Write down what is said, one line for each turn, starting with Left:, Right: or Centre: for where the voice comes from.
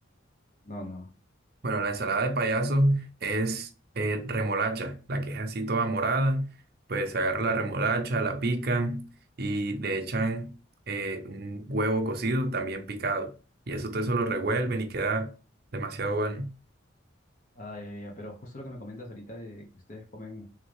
Left: No, no.
Right: Bueno, la ensalada de payaso es eh, remolacha, la que es así toda morada. Pues se agarra la
Left: ¿Ya?
Right: remolacha, la pican y le echan eh, un huevo cocido también picado. Y eso todo eso lo revuelven y queda demasiado bueno.
Left: Ah, ya, ya, ya, pero justo lo que me comentas ahorita de que ustedes comen